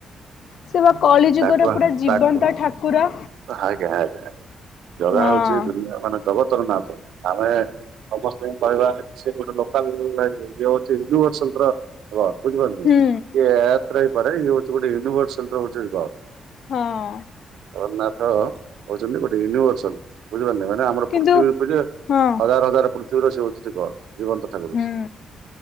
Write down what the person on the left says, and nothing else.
ସେ ବା କଳି ଯୁଗର
ପୁରା ଜୀବନ୍ତ
ଠାକୁର।
ହଁ
ଉଁ।
ହଁ
କିନ୍ତୁ
ହଁ
ହୁଁ